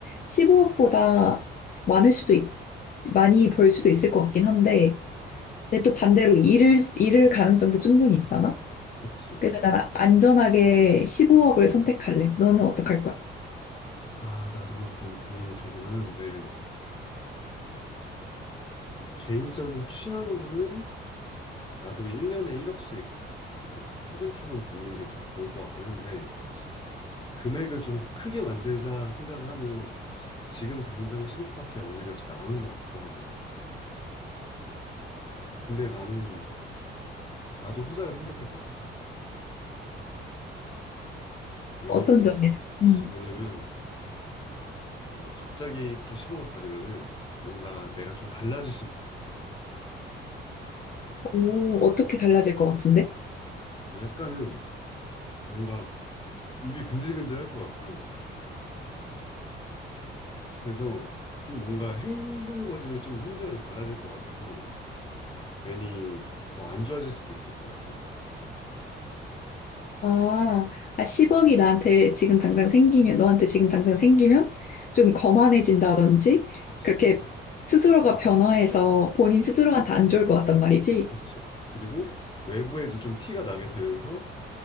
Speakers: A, on the left; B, on the left.
A: 15억보다 많을 수도 있, 많이 벌 수도 있을 것 같긴 한데,
B: 음,
A: 근데 또 반대로 잃을, 잃을 가능성도 충분히 있잖아?
B: 그치.
A: 그래서 나는 안전하게 15억을 선택할래. 너는
B: 어,
A: 어떡할 거야?
B: 아, 나도 좀 고민이 되긴 하는데, 개인적인 취향으로는 나도 1년에 1억씩 이렇게 차근차근 받는 게 좀 좋을 것 같긴 한데, 금액을 좀 크게 만들자 생각을 하면 지금 당장 10억밖에 오히려 더 나은 것 같기도 하고. 근데 나는, 나도 후자를 선택할 것 같아. 왜냐면은,
A: 어떤 점에서? 음.
B: 왜냐면, 뭐 갑자기 또 10억을 받으면은 뭔가 내가 좀 달라질 수도 있을 것 같아.
A: 오, 어떻게 달라질 것 같은데?
B: 뭐 약간은 뭔가 입이 근질근질 할 것 같고, 그래서 좀 뭔가 행동 거짐이 좀 현재랑 달라질 것 같아서 괜히 더 안 좋아질 수도 있을 것 같아.
A: 아, 아, 10억이 나한테 지금 당장 생기면, 너한테 지금 당장 생기면 좀 거만해진다든지,
B: 그치.
A: 그렇게 스스로가 변화해서 본인
B: 음,
A: 스스로한테 안 좋을 것 같단 말이지.
B: 그치. 그리고 외부에도 좀 티가 나게 되면서